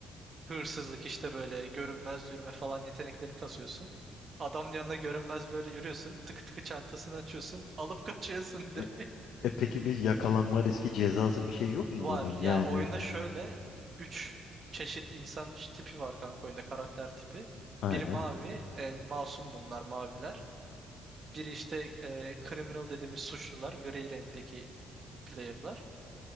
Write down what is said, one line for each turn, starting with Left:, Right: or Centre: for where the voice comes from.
Right: Hırsızlık işte böyle görünmez yürüme falan yeteneklerini kasıyorsun. Adamın yanına görünmez böyle yürüyorsun. Tıkı tıkı çantasını açıyorsun. Alıp kaçıyorsun
Left: E-
Right: <laughs> direkt.
Left: E peki bir yakalanma riski cezası bir şey yok mu
Right: Var
Left: bunun?
Right: ya
Left: Yani
Right: oyunda şöyle 3 çeşit insan tipi var kanka oyunda karakter tipi.
Left: aynen
Right: Biri mavi, en masum bunlar maviler. Biri işte e, criminal dediğimiz suçlular, gri renkteki player'lar.